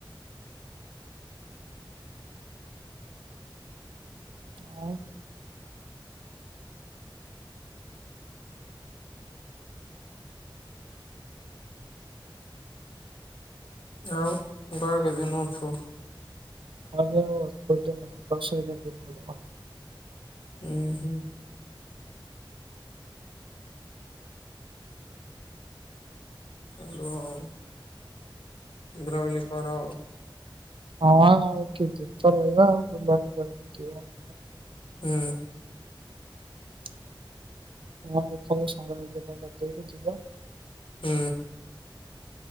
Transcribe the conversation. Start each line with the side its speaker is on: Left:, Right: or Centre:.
Right: ଆଉ?
Left: ଆଉ ଘର କେତେଦିନ ଅଛୁ?
Right: <unintelligible>
Left: ଉଁ ହୁଁ। ଚାଲୁ ଆଉ। ବୁଲାବୁଲି କର।
Right: ହଁ ଆଉ କି <unintelligible> ଆଉ ବୁଲାବଲି କରିକି ଯିବା।
Left: ହୁଁ।
Right: <unintelligible>
Left: ହୁଁ।